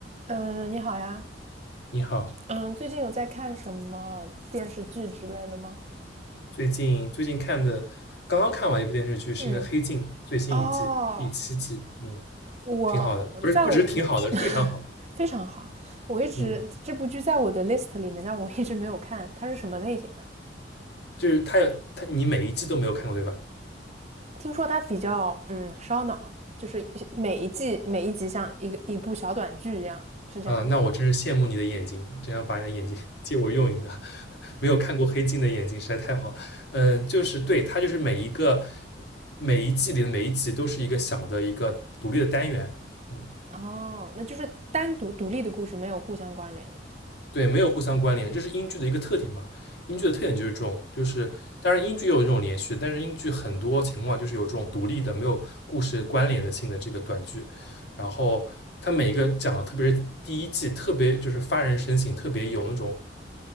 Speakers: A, on the right; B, on the left.
A: 嗯，你好呀。
B: 你好，
A: 嗯，最近有在看什么电视剧之类的吗？
B: 最近最近看的，刚刚看完一部电视剧是那《黑镜》最新一季第七季，
A: 嗯，哦，
B: 嗯，
A: 我我在我
B: 挺好的，不是不只是挺好的，是非常好，
A: <laughs> 非常好，我一直这部剧在我的
B: 嗯，
A: list 里面，但我一直没有看。它是什么类型的？
B: 就是它有它，你每一季都没有看过对吧？
A: 听说它比较嗯烧脑，就是每一季每一集像一个一部小短剧一样，是这样。
B: 啊，那我真是羡慕你的眼睛，真想把你的眼睛 <laughs> 借我用一下，<laughs> 没有看过《黑镜》的眼睛实在太好了嗯，就是对，它就是每一个每一季里的每一集都是一个小的一个独立的单元，嗯。
A: 哦，那就是单独独立的故事，没有互相关联的。
B: 对，没有互相关联，这是英剧的一个特点嘛。英剧的特点就是这种，就是当然英剧也有这种连续，但是英剧很多情况就是有这种独立的、没有故事关联的性的这个短剧。然后它每一个讲特别是第一季，特别就是发人深省，特别有那种